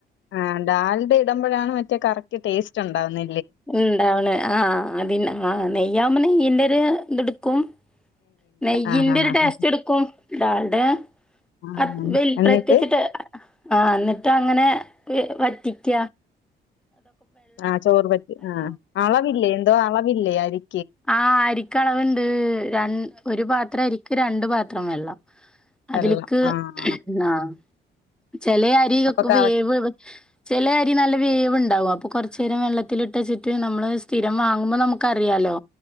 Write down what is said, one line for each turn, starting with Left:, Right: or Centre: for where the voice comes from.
Left: ആഹ ഡാാലിുടെ ഇടുമ്പോഴാണ് മറ്റേ കറക്റ്റ് ടേസ്റ്റ് ഉണ്ടാവുന്ന
Centre: ഉണ്ടാവണ് ആഹ അതി ആ നെയ്യാമ്മ നെയ്യന്റെ ഒരു ഇത് എടുക്കും നെയ്യിന്റെ
Left: ആഹ്
Centre: ഒരു
Left: ആഹ് ആഹ്
Centre: ടാസ്റ്റ് എടുക്കും ഡാൾഡ്
Left: ആഹ്
Centre: അ
Left: എന്നിട്ട്
Centre: പ്രത്യേകിച്ചിട്ട് ആ എന്നിട്ട് അങ്ങനെ വറ്റിക്ക
Left: ആഹ ചോറ് പറ്റി ആ അളവില്ലേ എന്തോ അളവില്ലേ ആും
Centre: ആഹ അരിക്കളവുണ്ട് ര ഒരു പാത്രം അരിക്ക് രണ്ട് പാത്രം വെള്ളം
Left: വെള്ളം
Centre: അതിലക്ക്
Left: ആഹ്
Centre: ആഹ ചില അരി
Left: അപ്പൊ കറ
Centre: വേവ് ചില അരി നല്ല വേവ് ഉണ്ടാവും അ അപ്പൊ കുറച്ച നേരം വെള്ളത്തിത്തില ഇട്ടച്ചിട്ട് നമ്മള് സ്ഥിരം വാങ്ങ്പോ നമുക്ക് അറിയാാലോ